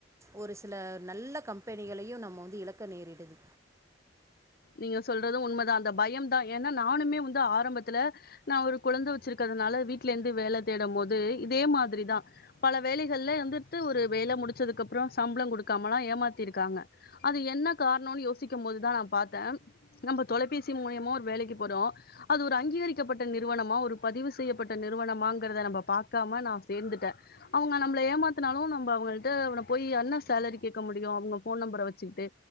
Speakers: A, on the right (about 15°); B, on the left (about 55°).
A: ஒரு சில நல்ல கம்பெனிகளையு நம்ம வந்து இழக்க நேரிடுது
B: நீங்க சொல்றது உண்மதா‌ அந்த பயம் தா ஏன்னா நானுமே வந்து ஆரம்பத்துல நா ஒரு குழந்த வெச்சிருகதுனா ல வீட்லந்து வேல தேடம் போது இதே மாதிரிதா பல வேலைகள்ல வந்துட்டு ஒரு வேல முடிச்சது அதுக்கப்புறோ சம்ளோ குடுக்காமல்லா ஏமாத்திருக்காங்க அது என்ன கார்ணோன் யோசிக்கம் போதுதா பாத்தே நம்ப தொலைபேசி மூலியமா ஒரு வேலைக்கி போறோ அது ஒரு அங்கீகரிக்கப்பட்ட நிறுவனமா ஒரு ப திவு செய்யப்பட்ட நிறுவனமாங்கறத நம்ப பாக்காம நா சேந்துட்டே அவுங்க நம்மள ஏமாத்துனாலு நம்ப அவு ங்கள்ட்ட அவன போயி என்ன சேலரி கேக்க முடியு அவுங்க ஃபோன் நம்பர வெச்சுகிட்டு